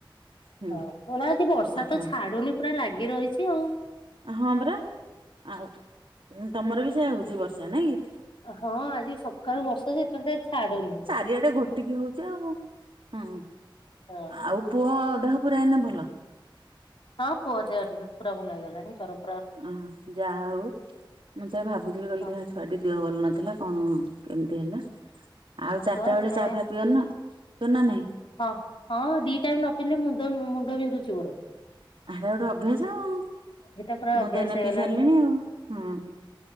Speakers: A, on the right; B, on the left.
A: ହୁଁ।
B: ହଁ ହେଲା ଆଜି ବର୍ଷା ତ
A: ହଁ
B: ଛାଡୁନି ପୁରା ଲାଗି ରହିଛି ଆଉ।
A: ହଁ ପରା ଆଉ ତମର ବି ସେୟଆ ହେଉଛି ବର୍ଷା ନାଇଁ କି?
B: ହଁ ଆଜି ସକାଳୁ ବର୍ଷା ଯେ ଏତ ଛାଡୁନି।
A: ଦିଆଡେ ଘୋଟିକି ହଉଛି ଆଉ ହୁଁ
B: ହଁ
A: ଆଉ ପୁଅ ଦେହ ପୁରା ଏନେ ଭଲ
B: ହଁ ପୁଅ ଦେହ ଟିକେ ପୁରା ଭଲ ହେଇଗଲାଣି ତର
A: ଅ ଯାହା ହଉ ମୁଁ ଯାହା ଭାବୁଥିଲି କହିଲ
B: ହଁ
A: ଦେହା ଛୁଆ ଟ ଦେହ ଭଲ ନଥିଲା କଣ କେମିତି ହେଲା ଆଉ
B: ହଁ
A: ଚାରିଟା
B: ପା
A: ବେଳେ
B: ସେ
A: ଚା ଫା ପିଅ ନା କେନା ନାଇଁ
B: ହଁ ହଁ ଦି ଟାଇମ୍ ନ ପିଇଲେ ମୁଣ୍ଡ ମୁଣ୍ଡ ବିନ୍ଧୁଛି ମୋର।
A: ଏଟା ଗୋଟେ ଅଭ୍ୟାସ ଆଉ
B: ଏଇଟା ପୁରା
A: ମୁଁ
B: ଅଭ୍ୟାସ
A: ତନେ
B: ହେଇଗଲାଣି
A: ପିଇ ସାରିଲିଣି ଆଉ ହଁ